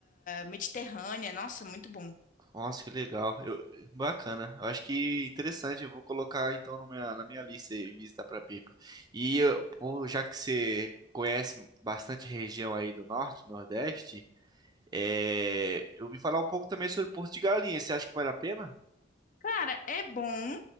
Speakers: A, on the left; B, on the right.
A: mediterrânea, nossa, muito bom.
B: nossa, que legal. Eu... Bacana. Eu acho que interessante. Eu vou colocar então na minha, na minha lista aí, visitar pra Pipa. E eu- pô, já que você conhece bastante região aí do norte, nordeste, é... eu ouvi falar um pouco também sobre Porto de Galinhas. Você acha que vale a pena?
A: Cara, é bom,